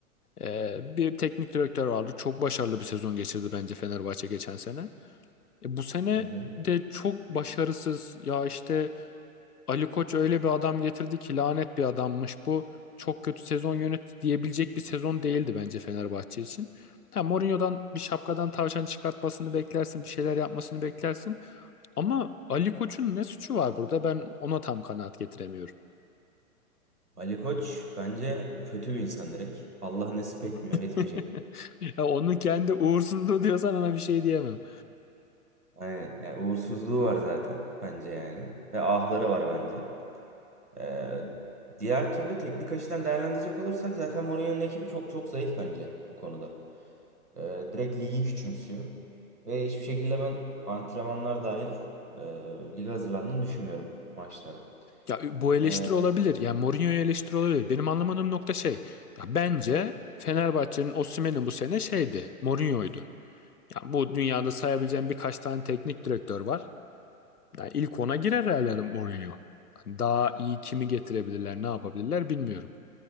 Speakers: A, on the left (about 85°); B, on the right (about 90°).
A: e, bir teknik direktör vardı. Çok başarılı bir sezon geçirdi bence Fenerbahçe geçen sene. E, bu sene
B: hı hı.
A: de çok başarısız. Ya işte Ali Koç öyle bir adam getirdi ki lanet bir adammış bu. Çok kötü sezon yönetti diyebilecek bir sezon değildi bence Fenerbahçe için. Ha, Mourinho'dan bir şapkadan tavşan çıkartmasını beklersin, bir şeyler yapmasını beklersin. Ama Ali Koç'un ne suçu var burada? Ben ona tam kanaat getiremiyorum.
B: Ali Koç bence kötü bir insan direkt. Allah nasip etmiyor,
A: <laughs>
B: etmeyecek.
A: Ya onun kendi uğursuzluğu diyorsan ona bir şey diyemem.
B: Aynen. Yani uğursuzluğu var zaten bence yani. Ve ahları var bence. Ee, diğer türlü teknik açıdan değerlendirecek olursak zaten Mourinho'nun ekibi çok çok zayıf bence bu konuda. Ee, direkt ligi küçümsüyor. Ve hiçbir şekilde ben antrenmanlar dahil e, lige hazırlandığını düşünmüyorum maçlara.
A: Ya bu eleştiri
B: Ee,
A: olabilir. Yani Mourinho'ya eleştiri olabilir. Benim anlamadığım nokta şey. Ya bence Fenerbahçe'nin Osimhen'in bu sene şeydi. Mourinho'ydu. Ya bu dünyada sayabileceğim birkaç tane teknik direktör var. Yani ilk ona girer herhalde Mourinho. Hani Daha iyi kimi getirebilirler, ne yapabilirler bilmiyorum.